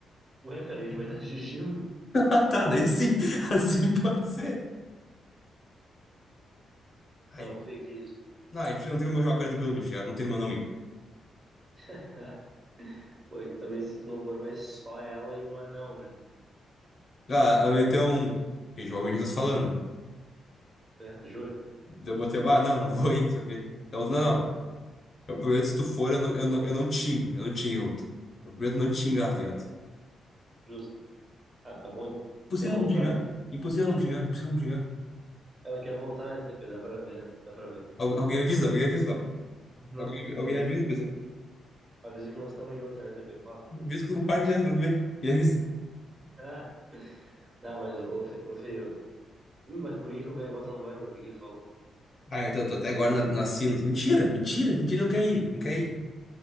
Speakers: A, on the right; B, on the left.
A: ué, cara, ele vai estar <laughs> dirigindo?
B: <laughs> Tá, daí sim, <laughs> assim pode ser. Ai,
A: Não, Fê, que isso?
B: não, a gente não tem como jogar 40 pelo lixo, tá ligado? não tem como eu não ir.
A: <laughs> Pô, e também se tu não for, vai só ela e um anão, né?
B: Ah, ela meteu um. Que jovem a gente tá se falando, né?
A: É, jura?
B: Daí Eu botei, ah, não, não vou ir, não sei o quê. Daí outra, não, não. Eu prometo, se tu for, eu não, eu não, eu não tingo. Eu não tingo, outra. Eu prometo não te xingar, tá ligado?
A: Justo. Ah, tá bom então.
B: Impossível
A: Quer voltar,
B: não me xingar.
A: né?
B: Impossível não me xingar. Impossível não me xingar.
A: Ela quer voltar, né, TP? Dá pra ver, né? dá pra ver.
B: Al- alguém avisa, alguém avisa. ó.
A: Não,
B: Alguém, alguém
A: avisa
B: avisa,
A: que,
B: pessoal.
A: avisa que nós estamos em outra, né, TP? Fala.
B: Avisa que eu tô no parque já semana que vem. E avisa.
A: Ah, não, mas, ô, Fê, ô, Fê, eu- mas por que que o Gaivota não vai, meu? O que que ele falou?
B: Ai, mas eu tô até agora na, nas Sinos. Mentira, mentira, mentira. Ele não quer ir, não quer ir.